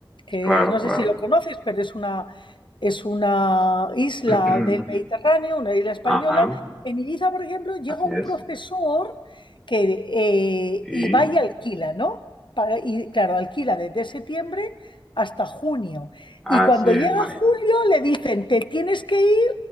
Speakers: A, on the left; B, in the centre.
A: que
B: claro,
A: no sé
B: claro.
A: si lo conoces, pero es una, es una isla
B: <clears throat>
A: del Mediterráneo, una isla española,
B: Ajá,
A: en Ibiza, por ejemplo, llega
B: así
A: un
B: es.
A: profesor que, eh,
B: Sí,
A: y va y alquila, ¿no? Para- y claro, alquila desde septiembre hasta junio.
B: así
A: Y cuando llega
B: es, María.
A: julio le dicen, te tienes que ir